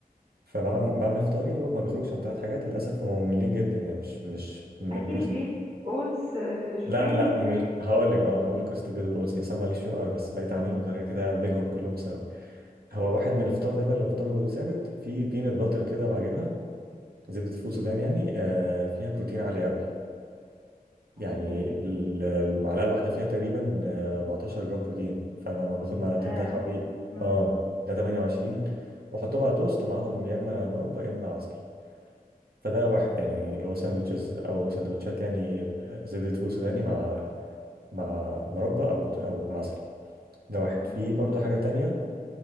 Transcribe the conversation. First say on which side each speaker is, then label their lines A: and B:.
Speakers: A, on the right; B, on the right.
A: فبعمل فطاري هو ما بيخرجش عن ثلاث حاجات للاسف هم مملين جدا يعني مش مش م-
B: اكيد
A: مش
B: بيض اوتس آه، شوفان
A: لا لا
B: بتاع
A: مش
B: كده.
A: هقول لك اه هقول لك قصه البيض والقدس اصلا ماليش فيهم قوي بس بقيت اعملهم بطريقه كده ادمجهم كلهم سوا هو واحد من الفطار دايما اللي بفطره ثابت في بينات باتر كده بعجبها زبده فول سودان يعني آه، فيها بروتين عالي قوي يعني
B: اوكي
A: ال- المعلقة الواحدة فيها تقريبا آه، 14 جرام بروتين فأنا لما باخد معلقتين
B: اه
A: ده حوالي
B: مم.
A: اه ده 28 وأحطهم على توست ومعاهم يا إما مربى يا إما عسل فده واحد يعني اللي هو ساندوتشز أو سندوتشات يعني آه، زبدة فول سوداني مع مع مربى أو أو عسل ده واحد
B: اوكي
A: في برضه حاجة تانية